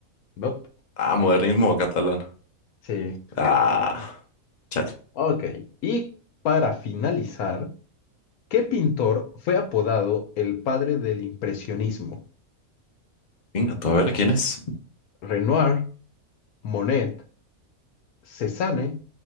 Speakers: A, on the left (about 90°); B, on the left (about 40°).
A: Nope.
B: Ah, modernismo catalán.
A: Sí.
B: Ah, chale.
A: Ok. Y para finalizar. ¿Qué pintor fue apodado el padre del impresionismo?
B: Venga, tú a ver quién es.
A: ¿Renoir, Monet, Cézanne